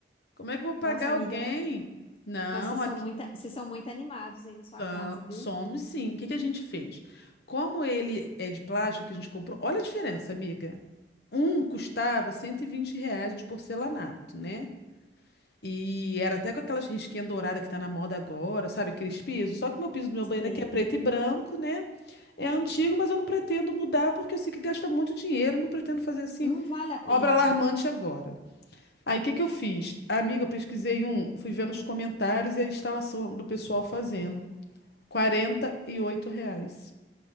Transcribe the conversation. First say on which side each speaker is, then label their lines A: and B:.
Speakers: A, on the left; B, on the left.
A: Como é que eu vou pagar
B: Nossa,
A: alguém?
B: amiga,
A: Não,
B: mas vocês
A: aqui
B: são muito, vocês são muito animados aí na sua
A: ah,
B: casa, viu?
A: somos sim. O que que a gente fez? Como ele é de plástico que a gente comprou, olha a diferença, amiga. Um custava 120 reais de porcelanato, né? E era até com aquelas risquinhas douradas que tá na moda agora, sabe? Aqueles pisos. Só que o meu piso do meu banheiro
B: Sei.
A: aqui é preto e branco, né? É antigo, mas eu não pretendo mudar porque eu sei que gasta muito dinheiro, não pretendo fazer assim
B: Não vale a pena,
A: obra alarmante
B: amiga.
A: agora. Aí o que que eu fiz? Amiga, eu pesquisei um, fui vendo os comentários e a instalação do pessoal fazendo. 48 reais.